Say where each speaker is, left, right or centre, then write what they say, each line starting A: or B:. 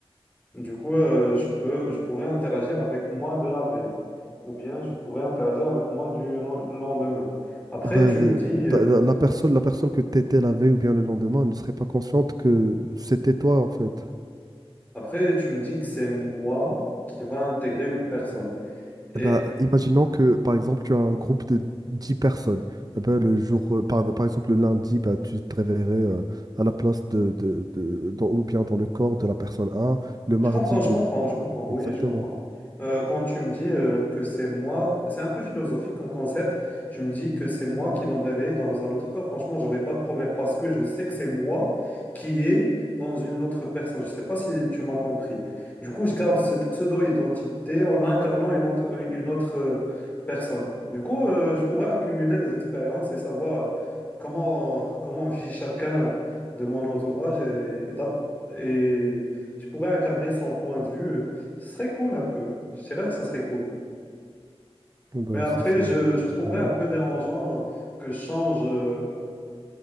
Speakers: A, on the left (about 15°); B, on the right (about 40°).
A: Du coup, euh, je peux, je pourrais interagir avec moi de la veille ou bien je pourrais interagir avec moi du len- du lendemain. Après,
B: Ben,
A: tu me
B: euh,
A: dis, euh,
B: ta- la, la personne, la personne que tu étais la veille ou bien le lendemain ne serait pas consciente que c'était toi en fait.
A: après, tu me dis que c'est moi qui va intégrer une personne. Et
B: Eh ben, imaginons que, par exemple, tu as un groupe de 10 personnes. Eh ben, le jour, euh, par, par exemple, le lundi, bah, tu te réveillerais euh, à la place de, de, de- dans- ou bien dans le corps de la personne un Le mardi,
A: je comprends, je
B: tu...
A: comprends, je comprends,
B: Exactement.
A: oui, je comprends. Euh, quand tu me dis euh, que c'est moi, c'est un peu philosophique comme concept, tu me dis que c'est moi qui va me réveiller dans un autre corps, franchement, j'aurais pas de problème parce que je sais que c'est moi qui est dans une autre personne. Je sais pas si tu m'as compris. Du coup, je garde cette pseudo-identité en incarnant une autre, une autre euh, personne. Du coup, euh, je pourrais accumuler des expériences et savoir euh, comment, <laughs> comment vit chacun de mon entourage et d'ap- et je pourrais incarner son point de vue. euh, Ce serait cool un peu. Je dirais que ça serait cool.
B: Eh ben,
A: Mais après,
B: ça, c'est
A: je, je trouverais
B: génial.
A: un peu dérangeant euh, que je change, euh,